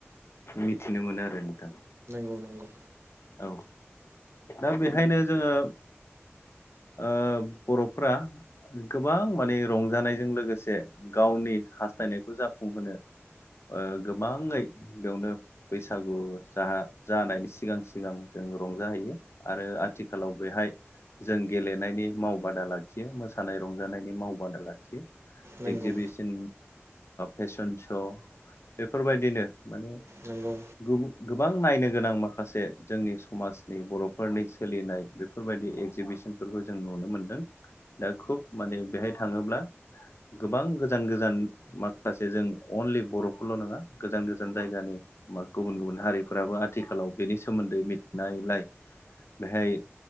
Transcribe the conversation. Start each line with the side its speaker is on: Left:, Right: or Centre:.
Left: मिथिनो मोनो आरो नोंथां।
Right: नंगौ नंगौ
Left: औ दा बेहायनो जोंङो ओ बर'फोरा गोबां माने रंजानायजों लोगोसे गावनि हास्थायनायखौ जाफुंहोनो गोबाङै बेयावनो बैसागु जानायनि सिगां सिगां जों रंजाहैयो। आरो आथिखालाव बेहाय जों गेलेनायनि मावबादा लाखियो मोसानाय रंजानायनि मावबादा लाखियो।
Right: नंगौ
Left: एगजिबिसन फेसन श' बेफोरबायदिनो माने
Right: नंगौ
Left: गोबां नायनो गोनां माखासे जोंनि समाजनि बर'फोरनि सोलिनाय बे बेफोरबायदि एगजिबिसनफोरखौ जों नुनो मोनदों दा खुब माने बेहाय थांङोब्ला गोबां गोजान गोजान माखासे जों अनलि बर'फोरल' नंङा गोजान गोजान जायगानि गुबुन गुबुन हारिफोराबो आथिखालाव बेनि सोमोन्दै मिथिनायलाय बेहाय